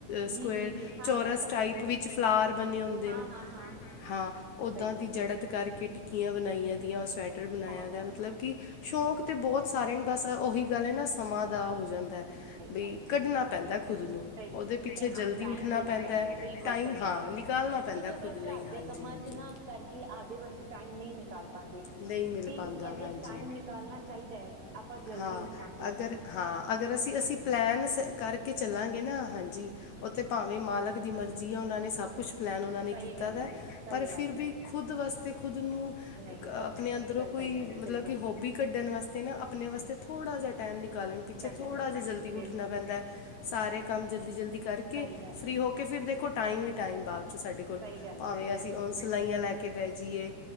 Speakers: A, on the left (about 75°); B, on the right (about 25°).
A: ਸੁਕੇਅਰ
B: ਜੀ ਜੀ ਜੀ ਹਾਂ
A: ਚੋਰਸ
B: ਮੈਂ ਸਮਝ
A: ਟਾਈਪ
B: ਗਈ
A: ਵਿੱਚ ਫਲਾਰ ਬਣੇ ਹੁੰਦੇ
B: ਹਾਂ
A: ਨੇ।
B: ਹਾਂ ਹਾਂ
A: ਹਾਂ ਓਦਾਂ
B: ਸਹੀ
A: ਦੀ
B: ਹੈ
A: ਜੜਤ ਕਰਕੇ ਟਿੱਕੀਆਂ ਬਣਾਈਆਂ ਦੀਆਂ ਉਸ ਸਵੈਟਰ ਬਣਾਇ
B: ਬਹੁਤ
A: ਦਾ
B: ਵਧੀਆ
A: ਮਤਲਬ ਕਿ ਸ਼ੌਂਕ ਤਾਂ ਬਹੁਤ ਸਾਰੇ ਨੇ ਬਸ ਉਹੀ ਗੱਲ ਹੈ ਨਾ ਸਮਾਂ ਦਾ ਹੋ ਜਾਂਦਾ।
B: ਸਹੀ
A: ਬਈ,
B: ਗੱਲ ਹੈ
A: ਕੱਢਣਾ ਪੈਂਦਾ ਖੁਦ ਨੂੰ।
B: ਸਹੀ,
A: ਉਹਦੇ ਪਿੱਛੇ ਜਲਦੀ
B: ਹਾਂ ਟਾਈਮ
A: ਉੱਠਣਾ
B: ਦੇਣਾ ਪੈਂਦਾ,
A: ਹੈ
B: ਬਿਲਕੁਲ
A: ਟਾਈਮ
B: ਸਹੀ
A: ਹਾਂ
B: ਗੱਲ ਹੈ।
A: ਨਿਕਾਲਣਾ ਪੈਂਦਾ
B: ਕਿਉਂਕਿ ਆਪਾਂ
A: ਖੁਦ ਲਈ
B: ਘਰ
A: ਹਾਂਜੀ
B: ਦੇ ਕੰਮਾਂ
A: ਹਾਂਜੀ
B: ਚ ਨਾ, ਕਰਕੇ, ਆਪਦੇ ਵਾਸਤੇ ਟਾਈਮ ਨਹੀਂ ਨਿ ਕਾਲ ਪਾਉਂਦੇ,
A: ਨਹੀਂ ਮਿਲ
B: ਤੇ
A: ਪਾਉਂਦਾ
B: ਕਹਿੰਦੇ
A: ਹਾਂਜੀ
B: ਟਾਈਮ, ਨਿਕਾਲਨਾ ਚਾਹੀਦਾ ਹੈ। ਆਪਾਂ ਜਲਦੀ
A: ਹਾਂ
B: ਉੱਠਾਂ
A: ਅਗਰ, ਹਾਂ ਅਗਰ ਅਸੀਂ-ਅਸੀਂ ਪਲੈਨ ਸ ਕਰਕੇ ਚੱਲਾਂਗੇ ਨਾ, ਹਾਂਜੀ! ਉੱਥੇ ਭਾਵੇਂ ਮਾਲਕ ਦੀ ਮਰਜੀ ਆ। ਉਹਨਾਂ ਨੇ ਸਭ ਕੁਛ ਪਲੈਨ, ਉਹਨਾਂ ਨੇ
B: ਸਹੀ
A: ਕੀਤਾ
B: ਗੱਲ
A: ਦਾ ਹੈ।
B: ਸਹੀ
A: ਪਰ
B: ਗੱਲ
A: ਫਿਰ ਵੀ
B: ਹੈ
A: ਖੁਦ ਵਾਸਤੇ, ਖੁਦ ਨੂੰ
B: ਨਹੀਂ
A: ਆਪਣੇ
B: ਉਹ
A: ਅੰਦਰੋਂ,
B: ਇਹ ਗੱਲ
A: ਕੋਈ
B: ਸਹੀ ਹੈ
A: ਮਤਲਬ
B: ਬਿਲਕੁਲ
A: ਕਿ ਹੋਬੀ ਕੱਢਣ ਵਾਸਤੇ, ਆਪਣੇ ਵਾਸਤੇ ਥੋੜ੍ਹਾ ਜਿਹਾ, ਟਾਈਮ ਨਿਕਾਲਣ ਪ ਪਿੱਛੇ
B: ਕਰਨਾ
A: ਥੋੜਾ
B: ਚਾਹੀਦਾ
A: ਜਿਹਾ,
B: ਹੈ
A: ਜਲਦੀ
B: ਬਿਲਕੁਲ
A: ਉੱਠਣਾ ਪੈਂਦਾ, ਸਾਰੇ ਕੰਮ ਜਲਦੀ-ਜਲਦੀ ਕਰਕੇ,
B: ਸਹੀ ਗੱਲ
A: ਫ੍ਰੀ
B: ਹੈ
A: ਹੋ ਕੇ ਫਿਰ ਦੇਖੋ, ਟਾਈਮ ਹੀ ਟਾਈਮ ਬਾਅਦ ਚ, ਸਾਡੇ ਕੋਲ।
B: ਸਹੀ ਗੱਲ
A: ਭਾਵੇਂ,
B: ਕਹੀ ਬਿਲਕੁਲ
A: ਅਸੀਂ ਉਹ
B: ਸਹੀ।
A: ਸਿਲਾਈਆਂ ਲੈ ਕੇ, ਬਹਿ ਜਾਈਏ